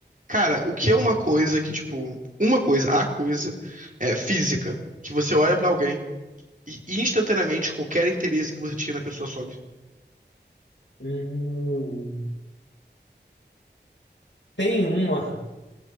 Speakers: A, on the right (about 45°); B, on the left (about 85°).
A: Cara, o que é uma coisa que, tipo, uma coisa, a coisa é física, que você olha pra alguém e instantaneamente qualquer interesse que você tinha na pessoa sobe.
B: Hum, tem uma,